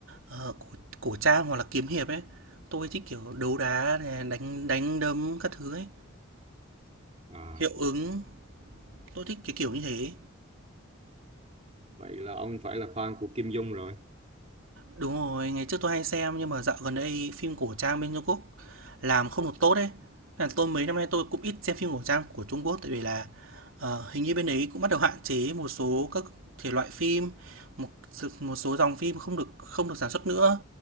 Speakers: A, on the right; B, on the right.
A: ờ, cổ cổ trang hoặc là kiếm hiệp ấy. Tôi thích kiểu đấu đá này, đánh đánh đấm các thứ ấy,
B: à,
A: hiệu ứng, tôi thích cái kiểu như thế.
B: vậy là ông phải là fan của Kim Dung rồi
A: Đúng rồi, ngày trước tôi hay xem nhưng mà dạo gần đây phim cổ trang bên Trung Quốc làm không được tốt đấy là tôi mấy năm nay tôi cũng ít xem phim cổ trang của Trung Quốc tại vì là ờ, hình như bên đấy cũng bắt đầu hạn chế một số các thể loại phim, một s- một số dòng phim không được không được sản xuất nữa